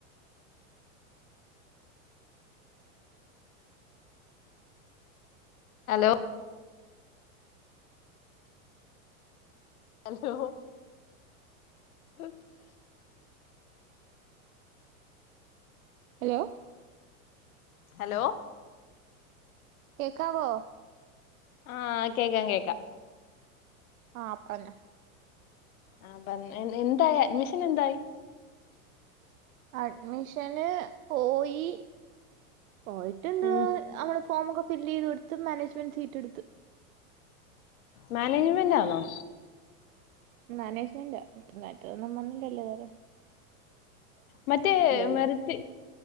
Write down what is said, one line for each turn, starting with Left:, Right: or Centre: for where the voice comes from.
Left: hello hello ഹ് ഹ് <unintelligible>
Right: hello
Left: hello
Right: കേക്കാവോ?
Left: ആഹ് കേക്കാം കേക്കാം
Right: ആഹ് പറഞ്ഞോ
Left: ആഹ് പറ എന്തായി അഡ്മിഷൻ എന്തായി.
Right: അഡ്മിഷന് പോയി പോയിട്ടുണ്ട്
Left: ഉം
Right: അവള് ഫോമൊക്കെ ഫിൽ ചെയ്ത് കൊടുത്ത് മാനേജ്മെന്റ് സീറ്റെടുത്ത്
Left: മാനേജ്മെന്റ് ആണോ
Right: മാനേജ്മെന്റാ മറ്റേതൊന്നും വന്നില്ലല്ലോ ഇത് വരെ
Left: മറ്റേ
Right: ഉള്ളൂ
Left: മെറിറ്റ്